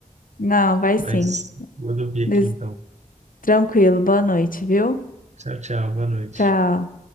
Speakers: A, on the left; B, on the right.
A: Não, vai sim.
B: Mas vou dormir
A: Des-
B: aqui então.
A: Tranquilo, boa noite, viu?
B: Tchau, tchau. Boa noite.
A: Tchau.